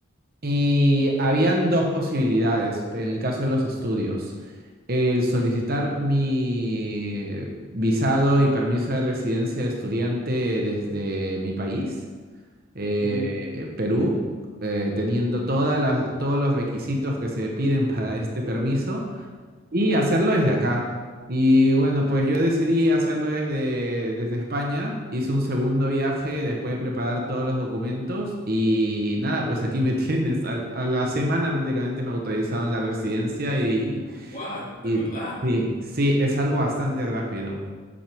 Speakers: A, on the right (about 45°); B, on the left (about 40°).
A: Y habían dos posibilidades en el caso de los estudios. El solicitar mi visado y permiso de residencia de estudiante desde mi país, eh,
B: Ujú.
A: Perú, eh, teniendo todas las- todos los requisitos que se piden <laughs> para este permiso y hacerlo desde acá. Y bueno, pues yo decidí hacerlo desde, desde España. Hice un segundo viaje después de preparar todos los documentos y nada, pues aquí me <laughs> tienes. Al- A, la semana prácticamente me autorizaron la residencia y,
B: What,
A: y
B: de verdad.
A: sí, sí, es algo bastante rápido.